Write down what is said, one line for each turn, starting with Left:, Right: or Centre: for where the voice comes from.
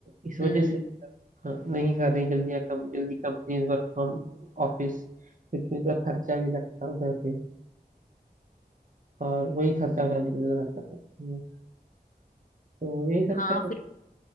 Right: इस वजह
Left: हम्म
Right: से हाँ, नहीं कर रही जल्दी या कम जल्दी कंपनीज वर्क फ्रॉम ऑफिस क्योंकि उनका खर्चा भी लगता है उधर पे और वही खर्चा बचाने के लिए लोग ऐसा करते हैं तो यही सब
Left: हाँ
Right: चल
Left: फिर